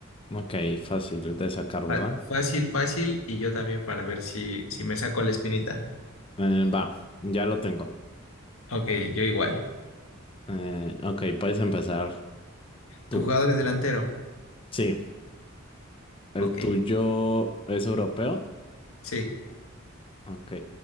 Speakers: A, on the left; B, on the left.
A: Ok, fácil de sacar,
B: fa-
A: ¿verdad?
B: fácil, fácil, y yo también para ver si, si me saco la espinita.
A: Eh, va, ya lo tengo.
B: Ok, yo igual.
A: Eh, ok, puedes empezar tú.
B: ¿Tu jugador es delantero?
A: Sí, el
B: Ok,
A: tuyo es europeo.
B: sí.
A: Ok,